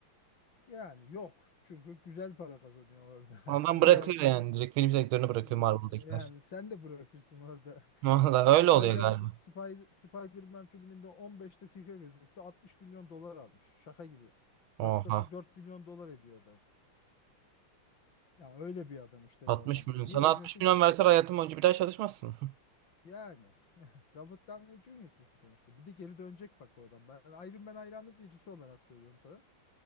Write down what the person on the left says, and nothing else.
Yani yok. Çünkü güzel para kazanıyor orada.
<laughs> Niye
olsun
ki?
Y-
Yani sen de bırakırsın orada.
<laughs> Spider
Spider Spider-Man filminde 15 dakika gözüktü. 60 milyon dolar almış. Şaka gibi.
Dakikası 4 milyon dolar ediyor adam. Ya öyle bir adam işte
bu adam
da. Niye
oynasın
ki?
Yani <laughs> Robert Downey Jr.'sın sonuçta. Bir de geri dönecek bak o adam. Ben Iron Man hayranı birisi olarak söylüyorum sana.